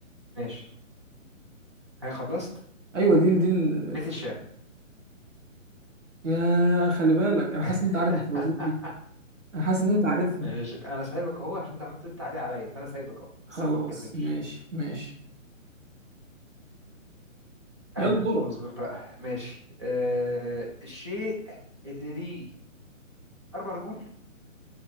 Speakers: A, on the right; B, on the right.
A: ماشي هي خلصت
B: ايوه دي ال- دي ال...
A: بيت الشعر
B: يا خلي بالك انا حاسس
A: <laughs>
B: ان انت عارف الفوازير دي انا حاسس ان انت عارفها
A: ماشي انا سايبك اهو عشان انت عمال تقول انت عالي عليا فانا سايبك اهو
B: خلاص
A: بس انا ما بتكلمش
B: ماشي ماشي يلا
A: انا
B: دورك
A: اصبر بقى ماشي آه الشيء اللي ليه اربع رجول